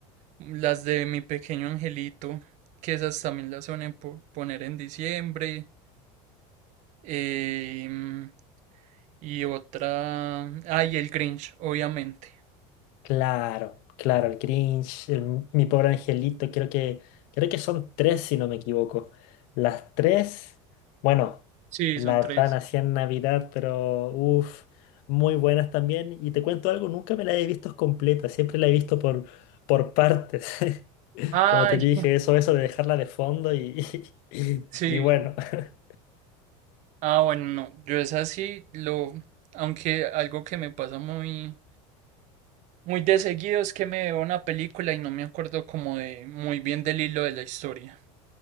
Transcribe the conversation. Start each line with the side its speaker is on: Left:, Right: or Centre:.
Right: las de Mi Pequeño Angelito, que esas también las suelen po- poner en diciembre. em, y otra. Ay, el Grinch, obviamente.
Left: Claro, claro, el Grinch, el Mi Pobre Angelito, creo que, creo que son tres si no me equivoco. Las tres, bueno,
Right: Sí,
Left: la
Right: son tres.
Left: dan así en Navidad, pero uff, muy buenas también. Y te cuento algo, nunca me la he visto completa, siempre la he visto por, por partes. <laughs>
Right: Ay,
Left: Como te dije, eso, eso de dejarla de fondo y, <laughs> y
Right: <laughs> sí.
Left: y bueno. <laughs>
Right: Ah, bueno, no. Yo es así, lo. Aunque algo que me pasa muy. Muy de seguido es que me veo una película y no me acuerdo como de muy bien del hilo de la historia.